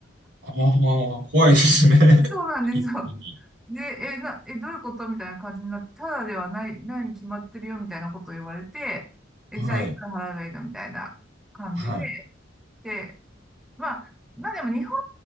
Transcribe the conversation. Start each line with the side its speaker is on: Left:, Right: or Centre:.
Right: ああ、怖いですね。<laughs>
Centre: <laughs> そうなんですよ。
Right: 一気に。
Centre: で、え、な、え、どういうことみたいな感じになって、ただではない、何決まってるよみたいなことを言われて、え、
Right: はい。
Centre: じゃあいくら払えばいいのみたいな感じで、
Right: はい。
Centre: で、まあ、まあでも日本